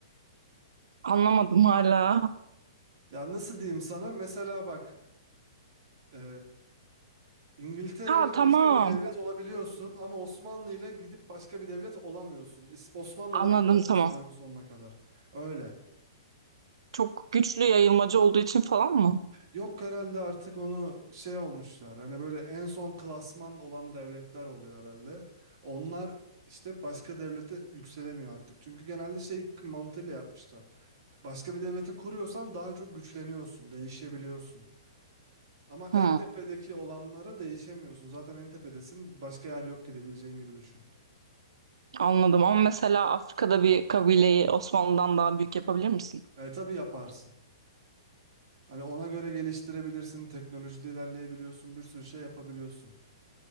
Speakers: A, on the right; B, on the right.
A: Anlamadım hala.
B: Ya nasıl diyeyim sana? Mesela bak e, İngiltere
A: Ha
B: ile
A: tamam
B: başka bir devlet olabiliyorsun ama Osmanlı ile gidip başka bir devlet olamıyorsun. İs- Osmanlı
A: anladım
B: olarak kalıyorsun
A: tamam.
B: oyunun sonuna kadar. Öyle.
A: Çok güçlü yayılmacı olduğu için falan mı?
B: Yok herhalde artık onu şey olmuşlar. Hani böyle en son klasman olan devletler oluyor herhalde. Onlar işte başka devlete yükselemiyor artık. Çünkü genelde şey mantığıyla yapmışlar. Başka bir devleti kuruyorsan daha çok güçleniyorsun, değişebiliyorsun. Ama
A: Hı,
B: en tepedeki olanlara değişemiyorsun. Zaten en tepedesin. Başka yer yok gidebileceğin gibi düşün.
A: anladım ama mesela Afrika'da bir kabileyi Osmanlı'dan daha büyük yapabilir misin?
B: E, tabii yaparsın. Hani ona göre geliştirebilirsin. Teknolojide ilerleyebiliyorsun. Bir sürü şey yapabiliyorsun.